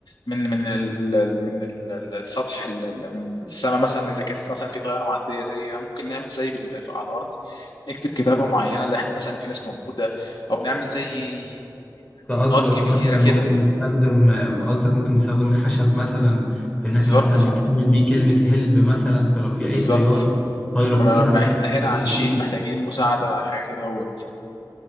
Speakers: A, on the left; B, on the left.
A: من من ال ال- من ال- ال- السطح ال- ال- من السماء مثلا اذا كانت مثلا في طياره معديه زي ممكن نعمل زي بال- في- على الارض نكتب كتابه معينه اللي احنا مثلا في ناس موجوده او نعمل زي
B: ده قصدك
A: نار كبيره
B: مثلا
A: كده
B: ممكن نستخدم قصدك ممكن نستخدم الخشب مثلا في ان احنا
A: بالظبط
B: مثلا نكون بيه كلمة هلب مثلا فلو في اي
A: بالظبط
B: طيارة طايرة فوقينا
A: ما- ما-
B: مثلا
A: احنا هنا
B: تقدر
A: عايشين
B: تشوفه
A: محتاجين مساعده حاجه كده اهوت